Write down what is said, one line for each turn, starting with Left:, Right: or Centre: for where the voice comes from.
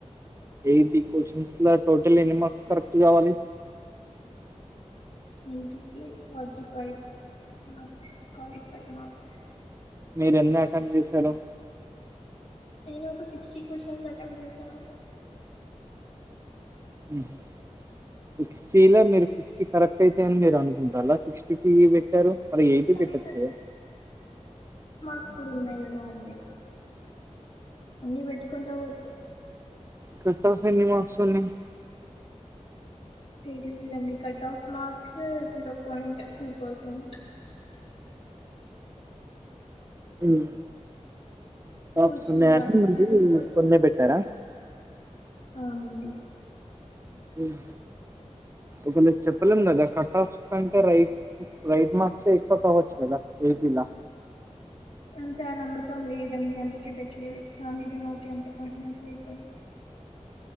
Right: యైటీ క్వశ్చన్స్ ల టోటల్ ఎన్ని మార్క్స్ కరెక్ట్ గావాలి
Left: యైటీ కీ పార్టీఫైవ్ మార్క్స్ క్వాలిఫై మార్స్
Right: మీరెన్ని అటెంప్ట్ జేసారు
Left: నేను ఒక సిక్స్టీ క్యూస్షన్స్ అటెంప్ట్ చేసానండి
Right: ఉమ్ హు సిక్స్టీలొ మీరు ఫిఫ్టీ కరెక్ట్ అయితని మీర నుకుంటాల్ల సిక్స్టీ కి బేట్టారు మరి యైయిటీ
Left: కానీ
Right: పెట్టచ్చు గదా
Left: క్స్ కుడున్నయి కదా అండి అన్ని బేట్టుకుంటా పోత
Right: కటాఫ్ ఎన్ని మార్క్స్ ఉన్నయి
Left: తెలీదండి cut off marks zero point two percent
Right: um tops
Left: so చూడాలి
Right: ఉన్నాయని మీరు
Left: రిజల్ట్స్ వచ్చా
Right: కొన్నే బేట్టారా
Left: అవునండి
Right: ఉమ్ ఒకళ చెప్పలేం గదా కటాఫ్స్ కంటే రైట్ రైట్ మార్క్సె ఎక్కువ కావచ్చు గదా ఏ పి లా
Left: అంత నమ్మకం లేదండి అందుకే పెట్టలేదు, నా మీద నాకే అంత కాన్ఫిడెన్స్ లేకపోయుండే